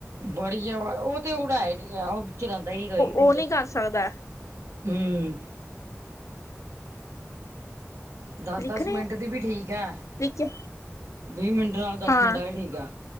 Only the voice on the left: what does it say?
ਉਹ ਨਹੀਂ ਕਰ ਸਕਦਾ।
ਲਿਖਣੇ
ਆ
ਲਿਖਿਆ
ਹਾਂ